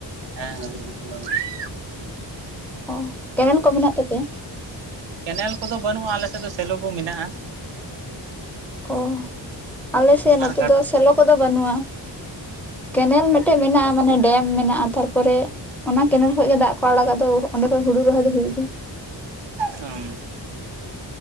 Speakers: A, on the right; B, in the centre.
A: ᱦᱮᱸ ᱟᱨᱚ ᱫᱩᱥᱨᱟ ᱞᱟ ᱦᱳᱭᱳᱜ᱾
B: ᱚ, ᱠᱮᱱᱮᱞ ᱠᱚ ᱢᱮᱱᱟᱜ ᱛᱟᱯᱮᱭᱟ?
A: ᱠᱮᱱᱮᱞ ᱠᱚᱫᱚ ᱵᱟᱹᱱᱩᱜᱼᱟ, ᱟᱞᱮ ᱥᱮᱫ ᱫᱚ ᱥᱮᱞᱚ ᱠᱚ ᱢᱮᱱᱟᱜᱼᱟ᱾
B: ᱚ, ᱟᱞᱮᱥᱮᱫ ᱱᱚᱛᱮ
A: ᱟᱨ ᱜᱟᱰᱟ
B: ᱫᱚ ᱥᱮᱞᱚ ᱠᱚᱫᱚ ᱵᱟᱹᱱᱩᱜᱼᱟ᱾ ᱠᱮᱱᱮᱞ ᱢᱤᱫᱴᱮ ᱢᱮᱱᱟᱜᱼᱟ, ᱢᱟᱱᱮ ᱰᱮᱢ ᱢᱮᱱᱟᱜᱼᱟ ᱛᱟᱨᱯᱚᱨᱮ, ᱚᱱᱟ ᱠᱮᱱᱮᱞ ᱠᱷᱚᱸᱡ ᱜᱮ ᱫᱟᱜ ᱠᱚ ᱟᱲᱟᱜᱟ ᱟᱫᱚ ᱚᱸᱰᱮ ᱠᱷᱚᱡ ᱦᱩᱲᱩ ᱨᱚᱦᱚᱭ ᱫᱚ ᱦᱩᱭᱩᱜ ᱜᱮᱭᱟ᱾
A: ᱟᱻᱢ